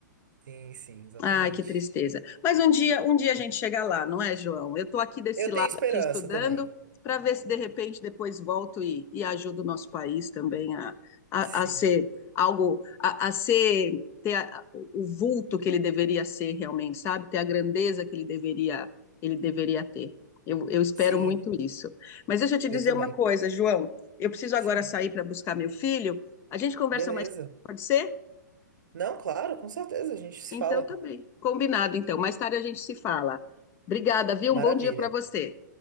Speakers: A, on the right (about 80°); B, on the left (about 25°).
A: Sim, sim, exatamente.
B: Ai, que tristeza. Mas um dia, um dia a gente chega lá, não é, João? Eu estou aqui desse
A: Eu
B: lado
A: tenho esperança
B: aqui estudando
A: também.
B: para ver se de repente depois volto e, e ajudo o nosso país também a, a,
A: Sim,
B: a ser algo, a, a ser ter a- o vulto que ele deveria ser realmente, sabe? Ter a grandeza que ele deveria ele deveria ter. Eu, eu espero
A: sim,
B: muito isso. Mas deixa eu te dizer
A: eu também.
B: uma coisa, João. Eu preciso agora
A: Sim.
B: sair para buscar meu filho. A gente conversa
A: Beleza.
B: mais, tarde, pode ser?
A: Não, claro, com certeza, a gente se
B: Então,
A: fala.
B: tá bem. Combinado, então. Mais tarde a gente se fala. Obrigada, viu?
A: Maravilha.
B: Um bom dia para você.